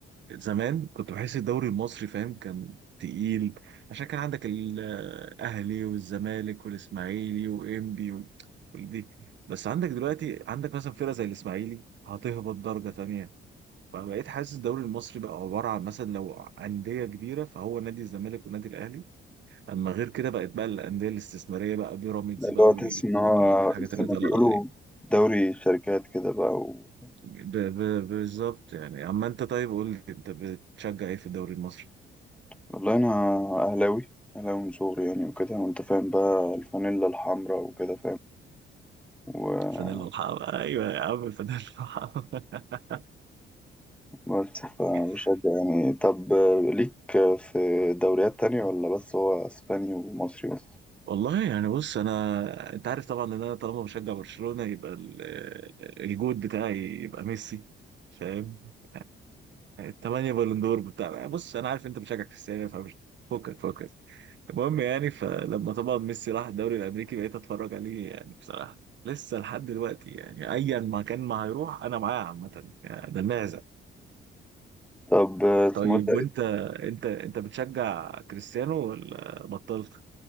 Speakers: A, on the right (about 65°); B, in the centre.
A: زمان كنت بحس الدوري المصري فاهم كان تقيل عشان كان عندك الأهلي والزمالك والإسماعيلي وإنبي و- والدي بس عندك دلوقتي عندك مثلا فرقة زي الإسماعيلي هتهبط درجة تانية فبقيت حاسس الدوري المصري بقى عبارة عن مثلا لو أندية كبيرة فهو نادي الزمالك والنادي الأهلي أما غير كده بقت بقى الأندية الاستثمارية بقى بيراميدز
B: يعني اللي
A: بقى
B: هو
A: وال-
B: تحس ان هو
A: والحاجات
B: زي
A: اللي
B: ما
A: طالعة
B: بيقولوا
A: دي
B: دوري شركات كده بقى و...
A: ب... ب... بالظبط يعني اما انت طيب قول لي انت بتشجع ايه في الدوري المصري
B: والله انا اهلاوي اهلاوي من صغري يعني وكده وانت فاهم بقى الفانيلا الحمراء وكده فاهم
A: الفانيلا الحمراء ايوه يا عم الفانيلا الحمراء
B: بس فبشجع
A: <laughs>
B: يعني طب آه، ليك في دوريات تانية ولا بس هو اسباني ومصري بس
A: والله يعني بص انا انت عارف طبعا ان انا طالما بشجع برشلونة يبقى ال- الجود بتاعي يبقى ميسي فاهم الثمانية بالندور بتاع بص انا عارف انت بتشجع كريستيانو فمش فكك فكك المهم يعني فلما طبعا ميسي راح الدوري الامريكي بقيت اتفرج عليه يعني بصراحة لسه لحد دلوقتي يعني ايا ما كان ما هيروح انا معاه عامة يعني ده المعزة
B: طب آه، اسمه
A: طيب
B: إيه ده
A: وانت انت انت بتشجع كريستيانو ولا بطلت؟